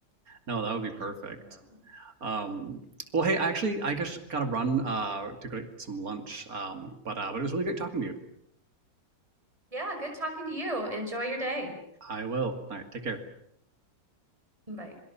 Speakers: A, on the right; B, on the right.
A: No, that would be perfect.
B: Yeah.
A: Um, well, hey, actually, I guess gotta run uh, to go get some lunch. Um, but uh, but it was really great talking to you.
B: Yeah, good talking to you. Enjoy your day.
A: I will. All right, take care.
B: Bye.